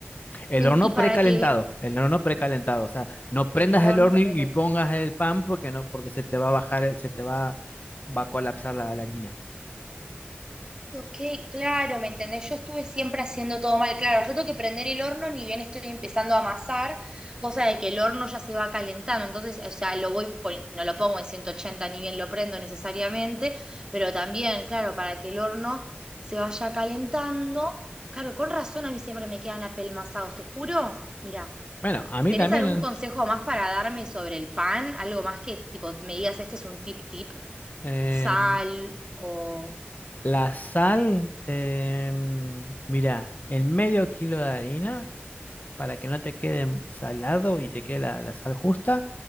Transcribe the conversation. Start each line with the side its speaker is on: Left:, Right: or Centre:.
Left: El
Right: En-
Left: horno
Right: Y para
Left: precalentado,
Right: que
Left: el horno precalentado, o sea, no
Right: En
Left: prendas
Right: el horno
Left: el horno y,
Right: precalentado.
Left: y pongas el pan porque no, porque se te va a bajar, el- se te va, va a colapsar la, la harina.
Right: Ok, claro, ¿me entendés? Yo estuve siempre haciendo todo mal. Claro, yo tengo que prender el horno ni bien estoy empezando a amasar, cosa de que el horno ya se va calentando. Entonces, o sea, lo voy, poni- no lo pongo en 180 ni bien lo prendo necesariamente, pero también, claro, para que el horno se vaya calentando. Claro, con razón a mí siempre me quedan apelmazados, te juro. Mira,
Left: Bueno, a mí
Right: ¿tenés
Left: también,
Right: algún consejo más para darme sobre el pan? Algo más que tipo me digas, este es un tip tip,
Left: eh,
Right: sal o...
Left: la sal, eh, mira, en medio kilo de harina, para que no te quede salado y te quede la, la sal justa,